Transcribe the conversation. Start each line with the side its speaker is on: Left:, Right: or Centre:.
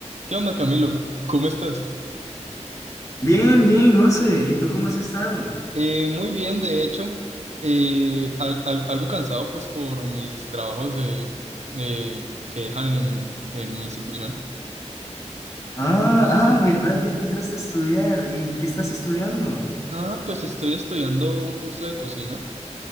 Right: ¿Qué onda, Camilo? ¿Cómo estás?
Left: Bien, bien, José. ¿Y tú cómo has estado?
Right: Eh, muy bien, de hecho, eh, al- al- algo cansado pues por mis trabajos de, eh, que dejan en, en mi institución.
Left: Ah, ah, ¿verdad que tú entraste a estudiar? ¿Y qué estás estudiando?
Right: Ah, pues estoy estudiando un curso de cocina.